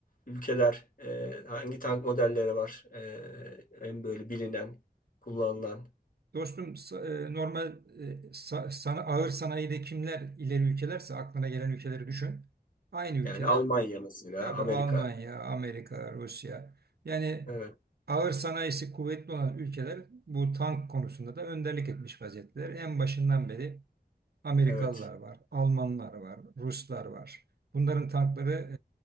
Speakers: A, on the left; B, on the right.
A: ülkeler? Ee, hangi tank modelleri var? Ee, en böyle bilinen, kullanılan.
B: Dostum sa- e, normal e, sa- sana- ağır sanayide kimler ileri ülkelerse aklına gelen ülkeleri düşün. Aynı ülkeler
A: Yani Almanya mesela,
B: Tabii
A: Amerika.
B: Almanya, Amerika, Rusya. Yani
A: Evet,
B: ağır sanayisi kuvvetli olan ülkeler bu tank konusunda da önderlik etmiş vaziyetteler. En başından beri Amerikalılar
A: evet,
B: var, Almanlar var, Ruslar var. Bunların tankları